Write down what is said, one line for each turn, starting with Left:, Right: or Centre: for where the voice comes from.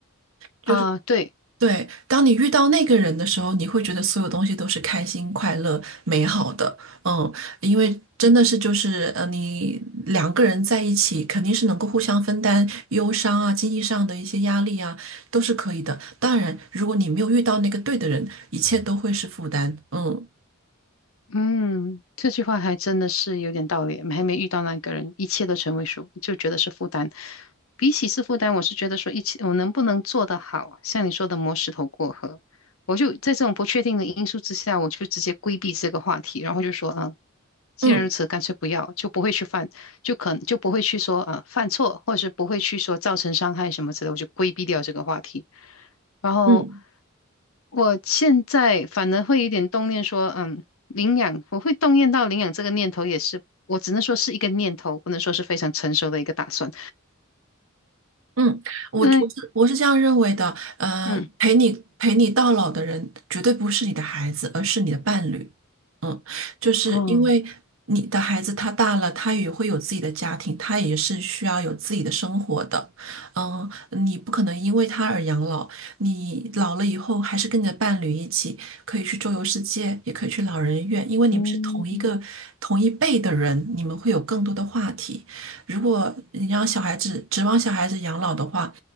Right: 就是。
Left: 啊，对，
Right: 对，当你遇到那个人的时候，你会觉得所有东西都是开心、快乐、美好的。嗯，因为真的是就是呃，你两个人在一起，肯定是能够互相分担忧伤啊、经济上的一些压力啊，都是可以的。当然，如果你没有遇到那个对的人，一切都会是负担。嗯
Left: 嗯，这句话还真的是有点道理，还没遇到那个人，一切都成为数，就觉得是负担。比起是负担，我是觉得说一起，我能不能做得好，像你说的磨石头过河，我就在这种不确定的因素之下，我就直接规避这个话题，然后就说，嗯，既然如此，
Right: 嗯。
Left: 干脆不要，就不会去犯，就可能就不会去说，呃，犯错，或者是不会去说造成伤害什么之类的，我就规避掉这个话题。然后
Right: 嗯。
Left: 我现在反而会有点动念说，嗯，领养，我会动念到领养这个念头，也是我只能说是一个念头，不能说是非常成熟的一个打算。
Right: 嗯，我我是我是这样认为的，
Left: 嗯
Right: 呃，
Left: 嗯
Right: 陪你陪你到老的人绝对不是你的孩子，而是你的伴侣。嗯，就是因为你的孩子他大了，
Left: 哦，
Right: 他也会有自己的家庭，他也是需要有自己的生活的。嗯，你不可能因为他而养老，你老了以后还是跟你的伴侣一起可以去周游世界，也可以去老人院，因为你们是同一个同一辈的人，
Left: 嗯，
Right: 你们会有更多的话题。如果你让小孩子指望小孩子养老的话，